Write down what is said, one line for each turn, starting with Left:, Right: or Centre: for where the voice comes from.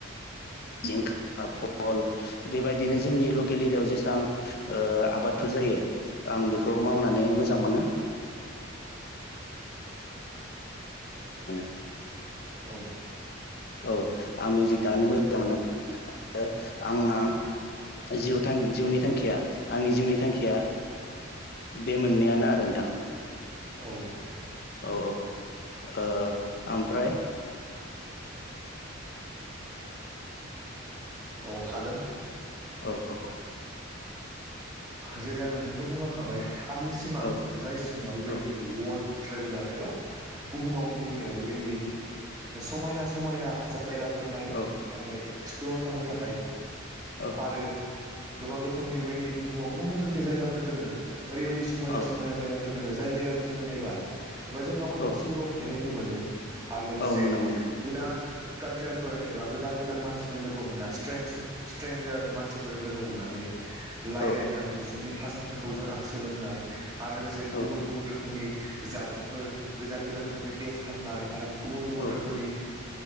Left: जिंखा बहल बेबायदिनो जोंनि लकेल एरियायाव जेसबां आबादफोर जायो। आं बेखौ मावनानै मोजां मोनो। <inaudible>
Right: औ।
Left: औ आं मिउजिक दामनो मोजां मोनो आंना जिउ थां जिउनि थांखिया आंनि जिउनि थांखिया बे मोननैआनो आरो नोंथां। नोंथां।
Right: औ।
Left: औ औ ओमफ्राय। <inaudible>
Right: औ हागोन।
Left: औ औ।
Right: जेरै आं नोंथांखौ बुंलांखाबाय आंनि सिमां
Left: औ
Right: जाय सिमाङा बेबायदि
Left: औ
Right: वाल्ड ट्रेबेलार एबा बुहुमाव गिदिंनो बेबायदि समायना समायना जायगाफोर नायनो
Left: औ
Right: थाखाय एक्सप्लर खालामनो थाखाय
Left: औ
Right: आरो गोबां रोखोमनि बेबायदि बुहुमाव गोबां रोखोमनि जायगाफोर दङो ओरैबायदि समायना
Left: औ
Right: समायना जायगा। फोर दङ जाय जायगाखौ जोङो नायबा एबा गाव गावखौनो
Left: औ
Right: सोरगोआव थानाय बायदि मोनो। आरो लोगोसे
Left: औ मोनो मोनो
Right: गोदान कालचारफोर एबा गोदान गोदान मानसिजों लोगो हमना स्ट्र स्ट्रेन्जार मानसिफोरजों लोगो हमनानै रायलायनाय
Left: औ
Right: बिसोरनि भाषाफोरखौ
Left: औ
Right: जों आं सोलोंनाय। आरो लोगोसे
Left: औ
Right: गुबुन गुबुन रोखोमनि जाग्राफोर गोदान गोदान रोखोमनि टेस्ट खालामनाय आरो गुबुन गुबुन
Left: औ
Right: रोखोमनि